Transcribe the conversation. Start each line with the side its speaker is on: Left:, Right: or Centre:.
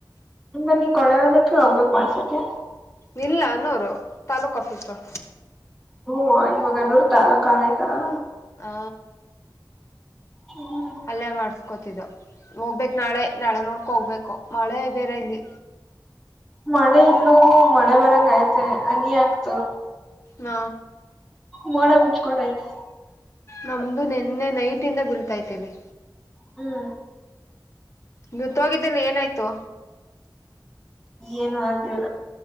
Centre: ಅಂದ ನೀ ಕೊಳೆಯೋದಕ್ಕೆ ಹೋಗ್ಬೇಕಕ್ ಮಾಡ್ಸಕೆ
Left: ನಿಲ್ಲ ಅನ್ನೋರು ತಾಲೂಕ್ ಆಫೀಸರು
Centre: ಹ್ಮ ಇವಾಗ ಹನ್ನೂರ್ ತಾಲೂಕ್ ಆಗೈತಲಾ
Left: ಹಾ
Centre: ಹ್ಮ
Left: ಅಲ್ಲೇ ಮಾಡಸ್ಕೊತಿದ್ದ ಹೋಗ್ಬೇಕಕ್ ನಾಳೆ ನಾಳೆ ನೋಡ್ಕ ಹೋಗ್ಬೇಕು ಮಳೆ ಬೇರೆ ಇಲ್ಲಿ
Centre: ಮಳೆ ಇಲ್ಲೂ ಮಳೆ ಬರಂಗ ಐತೆ ಹನಿ ಆಗ್ತು
Left: ನ
Centre: ಮೋಡ ಮುಂಚ್ಕೊಂಡಯ್ತು
Left: ನಮ್ದು ನಿನ್ನೆ ನೈಟಿಂದ ಬೀಳ್ತಾತಿಲ್ಲಿ
Centre: ಹ್ಮ್
Left: ನೀ ತೋಗಿದ್ದೆಲ್ಲ ಏನಾಯ್ತು
Centre: ಏನು ಅಂತರ